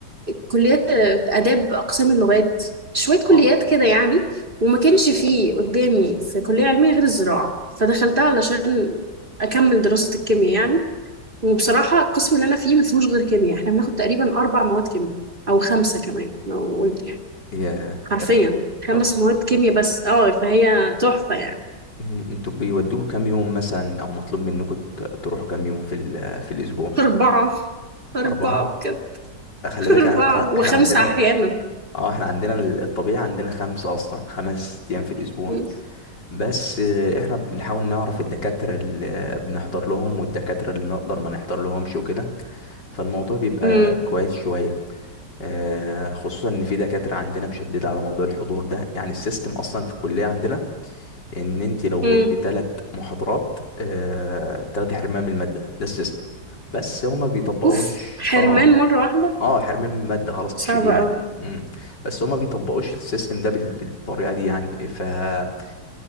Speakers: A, on the right (about 30°); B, on the left (about 75°).
A: كليات آه، آداب أقسام اللغات شوية كليات
B: اه
A: كده يعني وما كانش فيه قدامي في كلية علمية غير الزراعة فدخلتها علشان أكمل دراسة الكيمياء يعني وبصراحة القسم اللي أنا فيه ما فيهوش غير كيمياء إحنا بناخد تقريبا أربع مواد كيمياء أو خمسة كمان لو قلت يعني
B: يا
A: حرفيا
B: متأكد.
A: خمس
B: أو-
A: مواد كيمياء بس اه فهي تحفة يعني
B: أمم، انتوا بيودوكوا كام يوم مثلا او مطلوب منكم ت- تروحوا كام يوم في ال- في الاسبوع
A: أربعة أربعة
B: اربعه
A: بجد
B: خلي
A: <laughs>
B: بالك
A: أربعة
B: احنا
A: وخمسة
B: إحنا عندنا
A: أحيانا
B: اه احنا عندنا ال- الطبيعي عندنا خمسة اصلا خمس ايام في الاسبوع
A: مم.
B: بس آه، احنا بنحاول نعرف الدكاترة اللي بنحضر لهم والدكاترة اللي نقدر ما نحضر لهمش وكده فالموضوع بيبقى
A: مم.
B: كويس شوية آه، خصوصا ان في دكاترة عندنا مشددة على موضوع الحضور ده يعني السيستم اصلا في الكلية عندنا ان انت لو
A: مم.
B: غبت ثلاث محاضرات آه، تاخدي حرمان من المادة ده السيستم بس هما بيطبقوش
A: أوف حرمان
B: اه
A: مرة واحدة
B: اه حرمان من المادة خلاص تشيليه
A: صعبة
B: يعني
A: أوي
B: امم بس هما بيطبقوش السيستم ده بال- بالطريقة دي يعني فممكن